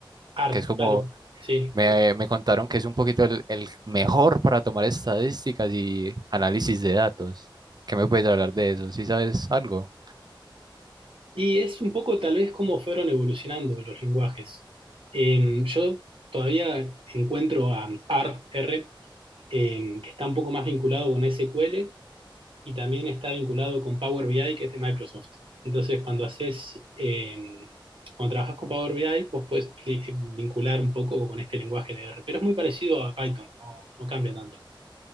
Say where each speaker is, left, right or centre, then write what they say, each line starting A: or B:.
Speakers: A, on the right; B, on the right.
A: R
B: que es como
A: claro, sí.
B: Me, me contaron que es un poquito el, el mejor para tomar estadísticas y análisis de datos. ¿Qué me puedes hablar de eso? si sabes algo?
A: Y es un poco tal vez cómo fueron evolucionando los lenguajes. Eh, yo todavía encuentro a R R, eh, que está un poco más vinculado con SQL y también está vinculado con Power BI, que es de Microsoft. Entonces, cuando haces, eh, cuando trabajas con Power BI, vos puedes eh, vincular un poco con este lenguaje de R, pero es muy parecido a Python, no, no cambia tanto.